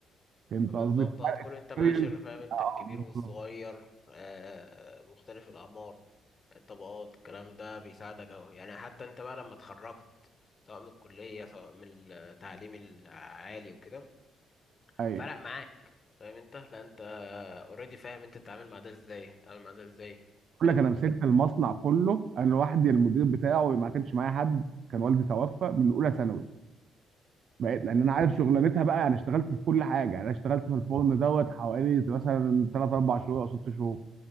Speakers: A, on the right; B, on the left.
A: فهمت
B: آه، بالظبط
A: قصدي؟
B: هتكون انت
A: حرفياً،
B: معاشر فاهم انت
A: اه آه،
B: الكبير
A: بالظبط.
B: والصغير آه مختلف الاعمار الطبقات الكلام ده بيساعدك أوي يعني حتى أنت بقى لما اتخرجت سواء من الكلية سواء من التعليم العالي وكده
A: ايوه
B: فرق معاك فاهم أنت لا أنت اوريدي فاهم أنت تتعامل مع ده إزاي تتعامل مع ده إزاي
A: بقول
B: كده
A: لك انا مسكت المصنع كله انا لوحدي المدير بتاعه ما كانش معايا حد كان والدي توفى من اولى ثانوي بقيت لان انا عارف شغلانتها بقى انا اشتغلت في كل حاجه يعني انا اشتغلت في الفرن دوت حوالي مثلا 3 4 شهور او 6 شهور